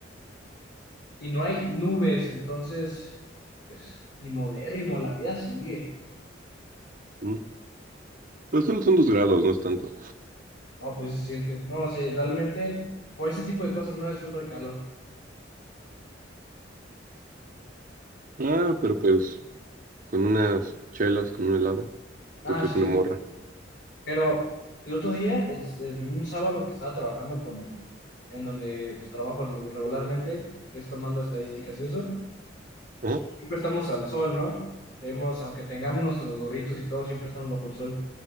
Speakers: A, on the left; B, on the right.
A: Y no hay nubes, entonces, pues, ni modérrimo, la vida sigue.
B: mm. Pero solo son dos grados, no es tanto.
A: No, pues sí se siente. No, o sea, realmente por ese tipo de cosas no disfruto del calor.
B: Ah, pero pues con unas chelas, con un helado,
A: Ah,
B: con
A: sí,
B: una morra.
A: pero el otro día, el, en un sábado que estaba trabajando con, en donde pues, trabajo lo- regularmente, que es tomando estadísticas y eso,
B: Ajá,
A: siempre estamos al sol, ¿no? Tenemos, aunque tengamos nuestros gorritos y todo, siempre estamos bajo el sol.